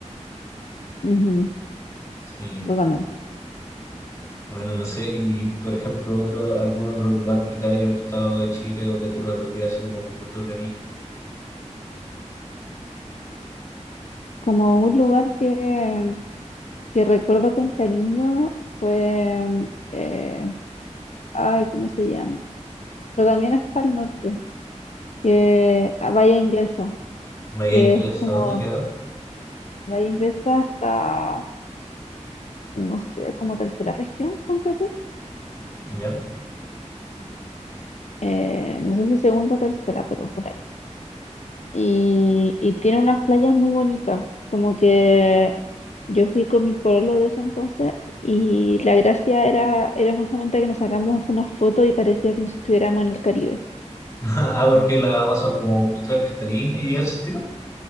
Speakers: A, on the left (about 65°); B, on the left (about 25°).
A: Ujú,
B: Sí.
A: totalmente.
B: Bueno, no sé, y por ejemplo, otro, algún otro lugar que te haya gustado de Chile o que tú recordarías así como con mucho cariño.
A: Como un lugar que, que recuerdo con cariño fue eh, ay, ¿cómo se llama? Pero también es para el norte, que a Bahía Inglesa,
B: Bahía
A: que
B: Inglesa,
A: es como,
B: ¿a dónde queda?
A: Bahía Inglesa está, no sé, como tercera región, ponte tú.
B: ¿Ya? <laughs>
A: Eh, no sé si segunda o tercera, pero por ahí. Y, y tiene unas playas muy bonitas, como que yo fui con mi pueblo de ese entonces y la gracia era, era justamente que nos sacamos unas fotos y parecía como si estuviéramos en el Caribe.
B: Ah, porque las aguas son como ultra cristalinas y ese estilo.